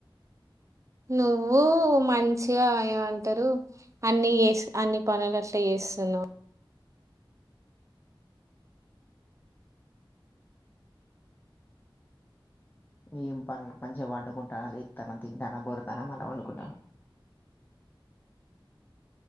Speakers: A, on the right; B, on the left.
A: నువ్వూ మంచిగా ఏమంటరు. అన్ని చేస్ అన్ని పనులు అట్లా చేస్తున్నావు.
B: మేం పను మంచిగా వండుకుంటా లే తనం తింటాన బొరుతన మన వండుకుంటాను.